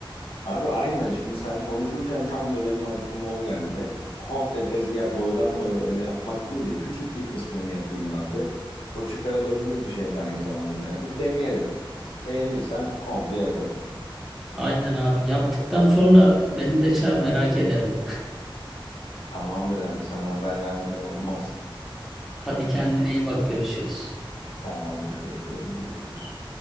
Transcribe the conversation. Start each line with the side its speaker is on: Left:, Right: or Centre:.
Left: Abi aynen şimdi sen konuşurken tam da benim aklıma o geldi. Komple tezgah boydan boya öyle yapmak değil de küçük bir kısmını yapayım abi. O çıkarılabilir bir şey de aynı zamanda ya da deneyerek. Beğenirsem komple yaparım.
Centre: Aynen abi yaptıktan sonra beni de çağır merak ederim.
Left: Tamamdır abi sana haber vermeden olmaz.
Centre: Hadi kendine iyi bak görüşürüz.
Left: Tamamdır öpüyorum görüşürüz.